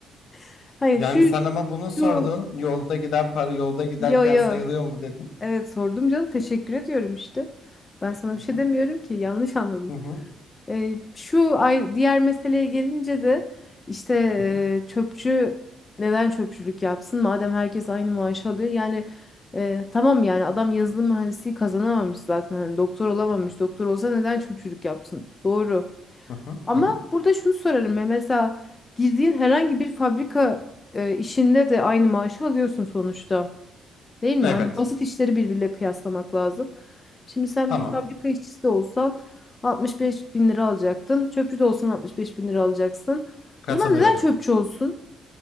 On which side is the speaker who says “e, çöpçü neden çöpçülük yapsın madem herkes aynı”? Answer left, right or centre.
Left